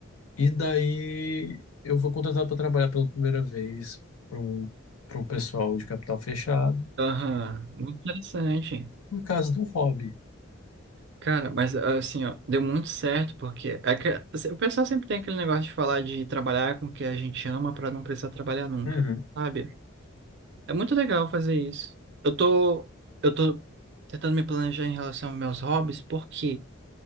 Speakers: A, on the left; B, on the right.
A: e daí eu vou contratado para trabalhar pela primeira vez para um, para um pessoal de capital fechado,
B: aham, muito interessante.
A: por causa de um hobby.
B: Cara, mas assim, ó, deu muito certo, porque é que- assim, o pessoal sempre tem aquele negócio de falar de trabalhar com o que a gente ama pra não precisar trabalhar nunca,
A: Uhum.
B: sabe? É muito legal fazer isso. Eu tô, eu tô tentando me planejar em relação aos meus hobbies, porque